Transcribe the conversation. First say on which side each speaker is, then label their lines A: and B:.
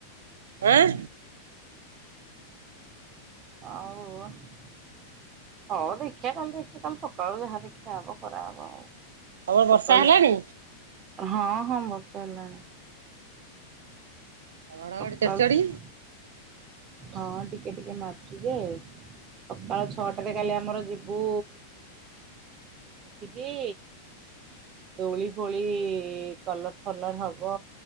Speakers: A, on the right; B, on the right.
A: ଆଁ
B: ହଉ। ହଉ ଦେଖିବା କାଲି ଦେଖିବା କାଲି ସକାଳୁ ଯାହା ଦେଖିଆ ହବ କରାହବ ଆଉ।
A: ତମର ବର୍ଷା
B: ସକାଳୁ
A: ହେଲାଣି।
B: ହଁ ହଁ ବର୍ଷା ହେଲାଣି।
A: ଆଉ
B: ସକାଳୁ
A: ଘଡ଼ଘଡ଼ି ଚଡ଼ଚଡ଼ି
B: ହଁ ଟିକେ ଟିକେ ମାରୁଚି ଯେ ସକାଳ ଛଅଟାରେ କାଲି ଆମର ଯିବୁ ସେଠିକି।
A: <inaudible>
B: ଦୋଳି ଫୋଳି କଲର ଫଲର ହବ